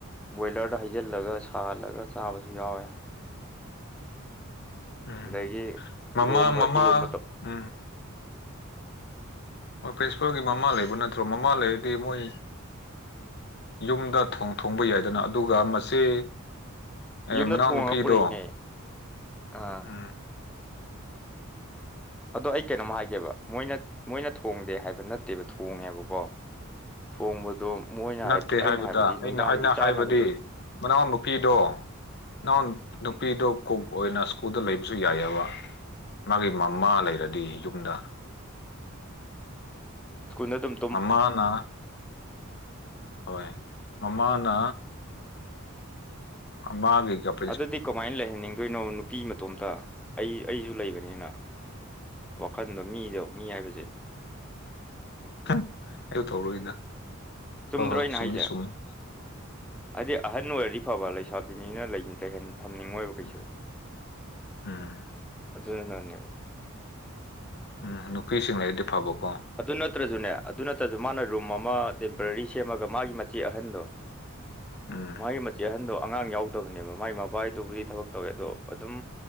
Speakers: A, in the centre; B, on the left.
A: ꯕꯣꯏꯂꯔꯗ ꯍꯩꯖꯤꯜꯂꯒ ꯁꯥꯍꯜꯂꯒ ꯆꯥꯕꯁꯨ ꯌꯥꯎꯋꯦ
B: ꯎꯝ
A: ꯑꯗꯒꯤ
B: ꯃꯥꯃ
A: ꯏꯔꯣꯝꯕ
B: ꯃꯥꯃ
A: ꯏꯔꯣꯝꯕꯇꯣ
B: ꯎꯝ <unintelligible> ꯄ꯭ꯔꯤꯟꯁꯤꯄꯥꯜꯒꯤ ꯃꯃꯥ ꯂꯩꯕ ꯅꯠꯇ꯭ꯔꯣ ꯃꯃꯥ ꯂꯩꯔꯗꯤ ꯃꯣꯏ ꯌꯨꯝꯗ ꯊꯣꯡ ꯊꯣꯡꯕ ꯌꯥꯏꯗꯅ ꯑꯗꯨꯒ ꯃꯆꯦ ꯑꯦ
A: ꯌꯨꯝꯗ
B: ꯃꯅꯥꯎ
A: ꯊꯣꯡꯉꯒ
B: ꯅꯨꯨꯄꯤꯗꯣ
A: ꯄꯨꯔꯛꯏꯅꯦ ꯑꯥ
B: ꯎꯝ
A: ꯑꯗꯣ ꯑꯩ ꯀꯩꯅꯣꯝ ꯍꯥꯏꯒꯦꯕ ꯃꯣꯏꯅ ꯃꯣꯏꯅ ꯊꯣꯡꯗꯦ ꯍꯥꯏꯕ ꯅꯠꯇꯦꯕ ꯊꯣꯡꯉꯦꯕꯀꯣ ꯊꯣꯡꯕꯗꯣ ꯃꯣꯏꯅ
B: ꯅꯠꯇꯦ
A: ꯍꯥꯏꯕꯗꯤ ꯑꯩꯅ
B: ꯍꯥꯏꯕꯗ
A: ꯍꯥꯏꯕꯗꯤ ꯅꯨꯡꯗꯥꯡꯒꯤ
B: ꯑꯩꯅ ꯑꯩꯅ
A: ꯆꯥꯅꯕꯗꯣ
B: ꯍꯥꯏꯕꯗꯤ ꯃꯅꯥꯎ ꯅꯨꯨꯄꯤꯗꯣ ꯏꯅꯥꯎ ꯅꯨꯄꯤꯗꯣ
A: ꯎꯝ
B: ꯀꯣꯛ ꯑꯣꯏꯅ ꯁ꯭ꯀꯨꯜꯗ ꯂꯩꯕꯁꯨ ꯌꯥꯏꯑꯦꯕ ꯃꯥꯒꯤ ꯃꯃꯥ ꯂꯩꯔꯗꯤ ꯌꯨꯝꯗ
A: ꯁ꯭ꯀꯨꯟꯅ ꯗꯨꯝ
B: ꯃꯃꯥꯅ ꯍꯣꯏ ꯃꯃꯥꯅ ꯑ ꯃꯥꯒꯤ ꯒꯞ
A: ꯑꯗꯨꯗꯤ ꯀꯃꯥꯏꯅ ꯂꯩꯍꯟꯅꯤꯡꯗꯣꯏꯅꯣ ꯅꯨꯄꯤ ꯃ ꯇꯣꯝꯇ ꯑꯩ ꯑꯩꯁꯨ ꯂꯩꯕꯅꯤꯅ ꯋꯥꯈꯟꯗꯣ ꯃꯤꯖꯧ ꯃꯤ ꯍꯥꯏꯕꯁꯦ꯫
B: <unintelligible> ꯑꯌꯨ ꯊꫭꯛꯔꫭꯏꯗ꯫
A: ꯆꯨꯝꯗ꯭ꯔꯣ
B: ꯍꯣꯏ ꯍꯣꯏ
A: ꯑꯩꯅ
B: ꯁꯨꯝꯗꯤ
A: ꯍꯥꯏꯁꯦ
B: ꯁꯨꯝ <inaudible>
A: ꯍꯥꯏꯗꯤ ꯑꯍꯟ ꯑꯣꯏꯔꯗꯤ ꯐꯕ ꯂꯩꯁꯥꯕꯤꯅꯤꯅ ꯂꯩ ꯇꯩꯍꯟ ꯊꯝꯅꯤꯡꯉꯣꯏꯕ
B: ꯎꯝ
A: ꯀꯩꯁꯨ꯫
B: ꯎꯝ
A: ꯑꯗꯨꯅꯅꯦꯕ꯫
B: ꯎꯝ ꯅꯨꯄꯤꯁꯤꯡ ꯂꯩꯔꯗꯤ ꯐꯥꯕꯣꯛ
A: ꯑꯗꯨ ꯅꯠꯇ꯭ꯔꯁꯨꯅꯦ ꯑꯗꯨ ꯅꯠꯇ꯭ꯔꯁꯨ ꯃꯥꯅ ꯔꯨꯝ ꯑꯃ ꯇꯦꯝꯄꯔꯔꯤ ꯁꯦꯝꯃꯒ ꯃꯥꯒꯤ ꯃꯆꯦ ꯑꯍꯟꯗꯣ꯫
B: ꯎꯝ
A: ꯃꯥꯒꯤ ꯃꯆꯦ ꯑꯍꯟꯗꯣ ꯑꯉꯥꯡ ꯌꯥꯎꯗꯕꯅꯦꯕ ꯃꯥꯒꯤ ꯃꯕꯥꯏꯗꯨꯕꯨꯗꯤ ꯊꯕꯛ ꯇꯧꯋꯦ ꯑꯗꯣ ꯑꯗꯨꯝ